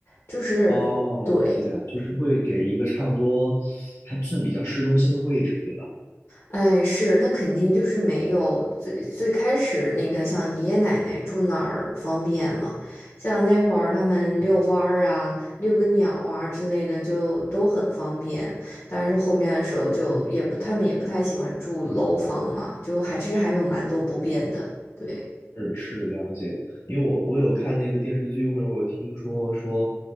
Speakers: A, on the left; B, on the left.
A: 就是对。
B: 哦，了解，就是会给一个差不多还算比较市中心的位置，对吧？
A: 哎，是，那肯定就是没有最最开始那个像爷爷奶奶住哪儿方便嘛，像那会儿他们遛弯儿啊、
B: 嗯。
A: 遛个鸟啊之类的就都很方便，但是后面的时候就也不，
B: 哦
A: 他们也不太喜欢住楼房嘛，就还其实还没有蛮多不便的，对。
B: 是是了解，因为我我有看那个电视剧，或者我有听说说，